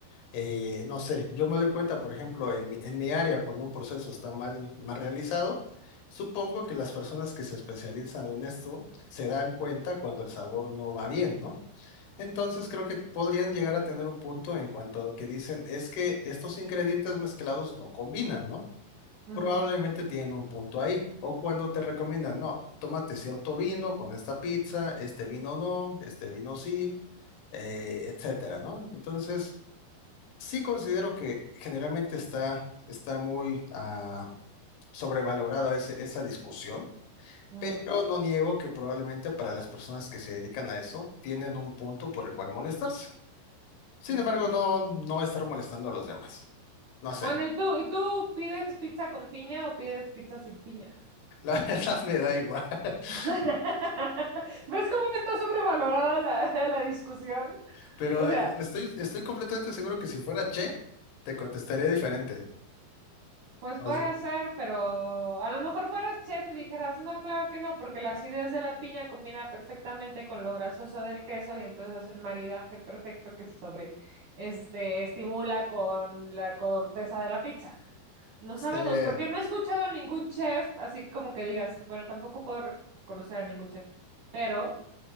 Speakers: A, on the left; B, on the right.
A: eh, no sé, yo me doy cuenta, por ejemplo, en mi, en mi área, cuando un proceso está mal, mal realizado, supongo que las personas que se especializan en esto se dan cuenta cuando el sabor no va bien, ¿no? Entonces creo que podrían llegar a tener un punto en cuanto a que dicen, es que estos ingredientes mezclados no combinan, ¿no?
B: ujú,
A: Probablemente tienen un punto ahí. O cuando te recomiendan, no, tómate cierto vino con esta pizza, este vino no, este vino sí eh, etcétera, ¿no? Entonces, Sí considero que generalmente está, está muy ah, sobrevalorada ese- esa discusión,
B: ujú,
A: pero no niego que probablemente para las personas que se dedican a eso tienen un punto por el cual molestarse. Sin
B: ujú.
A: embargo, no, no estar molestando a los demás. No sé,
B: Bueno, ¿y tú? ¿Y tú pides pizza con piña o pides pizza sin piña?
A: la <laughs> verdad me da igual, <laughs>
B: <laughs> ¿Ves cómo está sobrevalorada la, <laughs> la discusión?
A: pero
B: O sea,
A: eh, estoy, estoy completamente seguro que si fuera Che, te contestaría diferente.
B: pues
A: O
B: puede
A: sea,
B: ser, pero a lo mejor fueras chef y dijeras, no, claro que no, porque la acidez de la piña combina perfectamente con lo grasoso del queso y entonces hace un maridaje perfecto que se sobre, este, estimula con la corteza de la pizza. No
A: sí.
B: sabemos, porque no he escuchado a ningún chef, así como que digas, bueno, tampoco puedo reconocer a ningún chef, pero